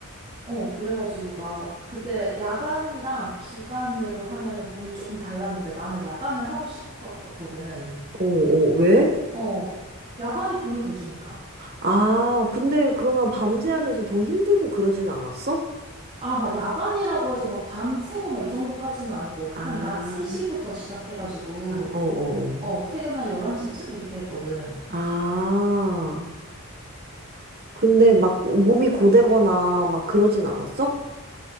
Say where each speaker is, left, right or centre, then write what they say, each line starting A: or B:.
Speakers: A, on the right; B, on the right.
A: 어, 그래가지고 나 그때 야간이랑 주간으로 하면은 돈이 조금 달랐는데 나는 야간을 하고 싶었거든.
B: 어, 어, 왜?
A: 어, 야간이 돈을 더 주니까.
B: 아, 근데 그러면 밤새야 돼서 더 힘들고 그러진 않았어?
A: 아, 막 야간이라고 해서 막 밤 새고 막 이 정도까지는 아니고
B: 아,
A: 한 낮 3시부터 시작해가지고
B: 어, 어.
A: 어, 퇴근 한 11시쯤 이렇게 했거든.
B: 아, 근데 막 몸이 고되거나 막 그러진 않았어?